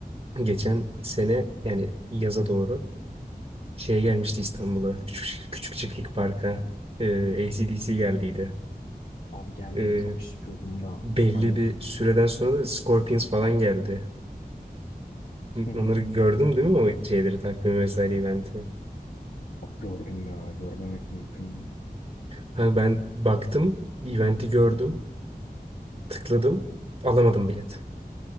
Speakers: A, on the right; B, on the left.
A: Geçen sene yani yaza doğru. Şey gelmişti
B: Hı hı.
A: İstanbul'a. Küçük, küçük Çiftlik Park'a. Ee, AC/DC geldiydi.
B: Abi gelmeyi
A: Ee,
B: çok istiyordum da
A: belli
B: hani
A: bir süreden sonra da Scorpions falan geldi.
B: hı hı.
A: Onları gördüm değil mi o şeyleri takvimi vesaire eventi.
B: Abi gördüm ya görmemek mümkün mü?
A: Ha, ben baktım eventi gördüm. Tıkladım. Alamadım bilet.